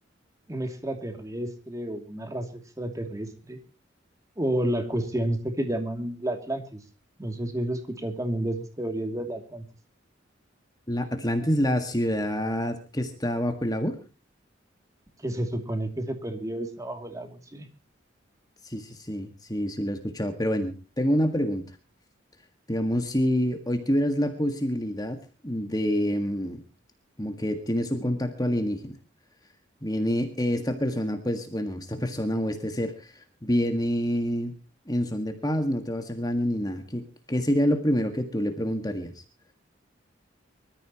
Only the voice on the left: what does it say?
la Atlantis, la ciudad que está bajo el agua.
Sí, sí, sí, sí, sí, lo he escuchado. Pero bueno, tengo una pregunta. Digamos, si hoy tuvieras la posibilidad de, mm, como que tienes un contacto alienígena, viene esta persona, pues bueno, esta <laughs> persona o este ser viene en son de paz, no te va a hacer daño ni nada. ¿Qué, qué sería lo primero que tú le preguntarías?